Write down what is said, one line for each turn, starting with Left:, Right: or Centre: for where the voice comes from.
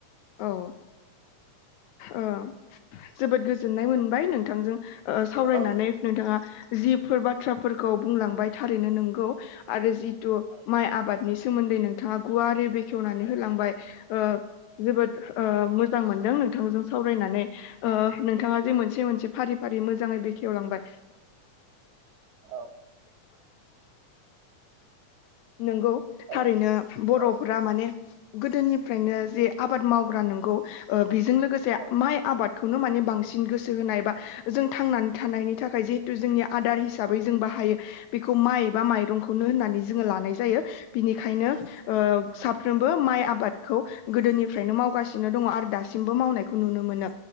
Left: औ ओ जोबोद गोजोननाय मोन बाय नोंथांजों ओ सावरायनानै
Right: ओ
Left: नोंथाङा जिफोर बाथ्राफोरखौ बुंलांबाय थारैनो नंगौ आरो जि तु
Right: औ
Left: माय आबाद नि सोमोन्दै नोंथाङा गुवारै बेखेवनानै होलांबाय ओ जोबोद ओ मोजां मोनदों नोंथांजों सावरायनानै ओ नोंथाङा जे मोनसे मोनसे फारि फारि मोजाङै बेखेवलांबाय। <unintelligible> <unintelligible>
Right: औ
Left: नंगौ
Right: औ
Left: थारैनो बर'फोरा
Right: औ
Left: माने गोदोनिफ्रायनो जे आबाद मावग्रा नोंगौ ओ बेजों लोगोसे
Right: औ
Left: माइ आबाद खौनो माने बांसिन गोसो होनाय बा जों थांनानै थानायनि थाखाय जिहेथु जोंनि आदार हिसाबै जों बाहायो बेखौ माइ एबा माइरंखौनो होननानै ज जों लानाय जायो बिनिखायनो ओ साफ्रोमबो माइ आबादखौ गोदोनिफ्रायनो मावगासिनो दङ आरो दासिमबो मावनायखौ नुनो मोनो